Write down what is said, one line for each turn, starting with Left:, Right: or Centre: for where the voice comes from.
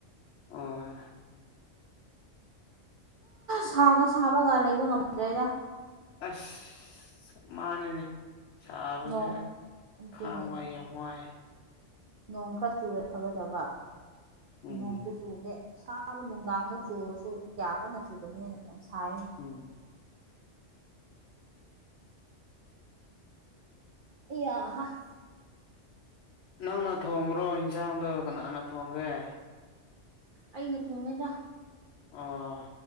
Left: ꯑꯝ
Right: ꯁꯥꯒ ꯁꯥꯕꯒ ꯂꯩꯕ ꯉꯝꯗ꯭ꯔꯦꯗ
Left: ꯑꯁ ꯃꯥꯅꯤꯅꯦ ꯁꯥꯕꯁꯦ
Right: ꯅꯣꯡ ꯑꯗꯨꯅꯦ
Left: ꯈꯥꯡꯕꯏ ꯌꯥꯝ ꯋꯥꯏ
Right: ꯅꯣꯡ ꯈꯔ ꯆꯨꯔꯦ ꯐꯒꯗꯕ
Left: ꯎꯝ
Right: ꯅꯣꯡꯁꯨꯨ ꯆꯨꯗꯦ ꯑꯥꯕ ꯅꯨꯡꯗꯥꯡꯗ ꯆꯨꯔꯁꯨ ꯀꯌꯥ ꯀꯟꯅ ꯆꯨꯗꯕꯅꯤꯅ ꯌꯥꯝ ꯁꯥꯏꯅ
Left: ꯎꯝ
Right: ꯑ ꯑꯍꯥ <inaudible>
Left: ꯅꯪꯅ ꯊꯣꯡꯕ꯭ꯔꯣ ꯏꯟꯁꯥꯡꯗꯣ ꯀꯅꯥꯅ ꯊꯣꯡꯒꯦ
Right: ꯑꯩꯅ ꯊꯣꯡꯉꯦꯗ
Left: ꯑꯣ